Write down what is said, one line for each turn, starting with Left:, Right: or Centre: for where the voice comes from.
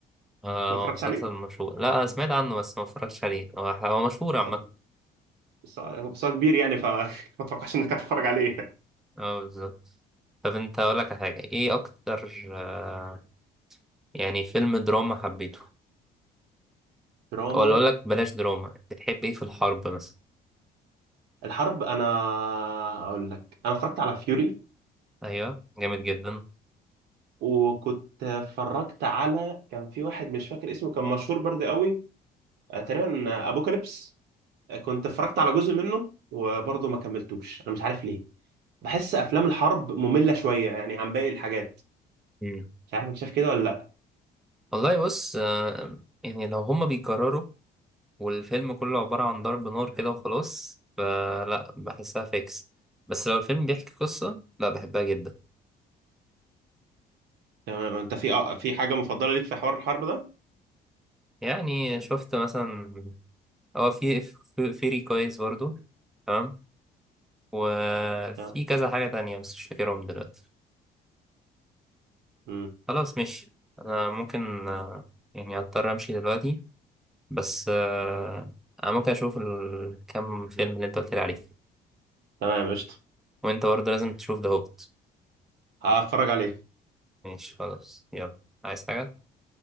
Centre: آه
Right: ما
Centre: هو
Right: اتفرجش
Centre: مسلسل
Right: عليه
Centre: مشهور لا أنا سمعت عنه بس ما اتفرجتش عليه هو ح- هو مشهور
Right: بس
Centre: عامه
Right: بس بس هو كبير يعني فما <laughs> اتوقعش انك هتتفرج عليه
Centre: اه بالظبط طب انت اقول لك على حاجه ايه اكتر آه يعني فيلم دراما حبيته
Right: دراما
Centre: ولا اقول لك بلاش دراما بتحب ايه في الحرب مثلا
Right: الحرب انا اقول لك انا اتفرجت على فيوري
Centre: ايوه جامد جدا
Right: وكنت اتفرجت على كان في واحد مش فاكر اسمه كان مشهور برضه قوي آه، تقريبا ابوكاليبس آه، كنت اتفرجت على جزء منه وبرضه ما كملتوش انا مش عارف ليه بحس افلام الحرب مملة شوية يعني عن باقي الحاجات
Centre: مم.
Right: مش عارف انت شايف كده ولا لا
Centre: والله بص آه يعني لو هما بيكرروا والفيلم كله عبارة عن ضرب نار كده وخلاص فلا بحسها فيكس بس لو الفيلم بيحكي قصة لا بحبها جدا
Right: تمام انت في آه، في حاجة مفضلة ليك في حوار الحرب ده
Centre: يعني شفت مثلا اه في في- فيري كويس برضو تمام وفي
Right: تمام
Centre: كذا حاجة تانية بس مش فاكرهم دلوقتي
Right: مم.
Centre: خلاص ماشي أنا ممكن آه، يعني أضطر أمشي دلوقتي بس آه، أنا ممكن أشوف الكام فيلم اللي أنت قلت لي عليه
Right: تمام قشطة
Centre: وأنت برضه لازم تشوف ده هوبت
Right: هتفرج عليه
Centre: ماشي خلاص يلا عايز حاجة؟